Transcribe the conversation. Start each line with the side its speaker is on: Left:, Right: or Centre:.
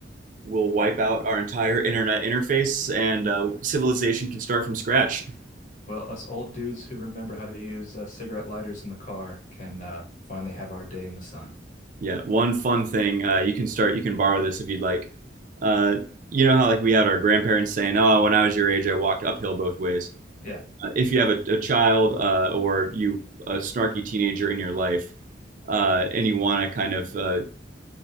Right: will wipe out our entire internet interface, and uh, civilization can start from scratch.
Left: Well, us old dudes who remember how to use uh, cigarette lighters in the car can uh, finally have our day in the sun.
Right: Yeah, one fun thing, uh, you can start, you can borrow this if you'd like. Uh, you know how like we had our grandparents saying, "Oh, when I was your age, I walked uphill both ways."
Left: Yeah,
Right: Uh, if you have a, a child uh, or you a snarky teenager in your life, uh, and you want to kind of uh,